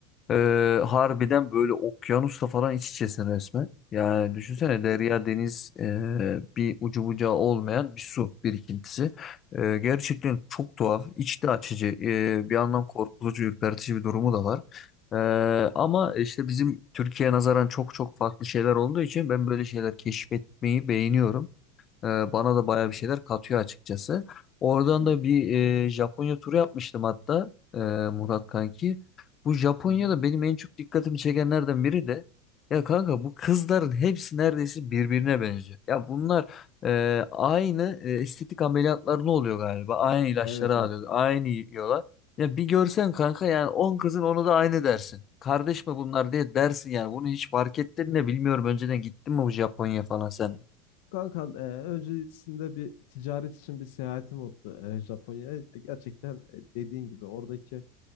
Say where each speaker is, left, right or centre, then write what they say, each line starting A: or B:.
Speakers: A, on the left; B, on the left.
A: E, harbiden böyle okyanusla falan iç içesin resmen. Yani düşünsene
B: Kesinlikle.
A: derya deniz e, bir ucu bucağı olmayan bir su birikintisi. E, gerçekten çok tuhaf, içli açıcı, e, bir yandan korkutucu, ürpertici bir durumu da var. Ee, ama işte bizim Türkiye'ye nazaran çok çok farklı şeyler olduğu için ben böyle şeyler keşfetmeyi beğeniyorum. Ee, bana da baya
B: Hı hı.
A: bir şeyler katıyor açıkçası. Oradan
B: Yani,
A: da bir e, Japonya turu yapmıştım hatta e, Murat kanki. Bu Japonya'da
B: hı hı.
A: benim en çok dikkatimi çekenlerden biri de ya kanka bu kızların hepsi neredeyse birbirine benziyor. Ya bunlar e, aynı e, estetik ameliyatları ne oluyor galiba? Aynı ilaçları
B: Evet evet.
A: alıyor, aynı yiyorlar. Ya bir görsen kanka yani 10 kızın onu da aynı dersin. Kardeş mi bunlar diye dersin yani. Bunu hiç fark ettin de bilmiyorum önceden gittin mi bu Japonya falan sen?
B: Kankam e, öncesinde bir ticaret için bir seyahatim oldu e, Japonya'ya. Gerçekten e, dediğin gibi oradaki